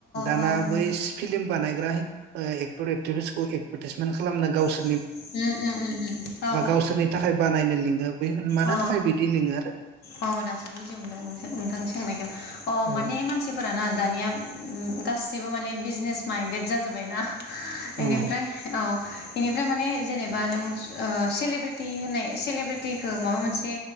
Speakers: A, on the right; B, on the left.
A: दाना
B: औ उम
A: ब बैस फिलिम बानाय बेआव हाइ एक्टर एकटिरसखौ एटबातिसमेन खालामनो गावसोर
B: ओम ओम ओम।
A: बा गावसोरनि थाखाय बानायनो लिङो। बे मानो
B: अ
A: थाखाय बिदि लिङो आरो
B: अ दासो बुजिमोनदों नोंथां नोंथांनि सोंनायखौ अ
A: औ
B: माने मानसिफोराना दानिया ओम गासिबो माने बिजनेस माइन्देड जाजोब्बाय ना।
A: औ
B: एनिफ्राय औ । इनिफ्राय माने जेनेबा नों ओ सेलेब्रेटि होननाय सेलेब्रेटि ओ माबा मोनसे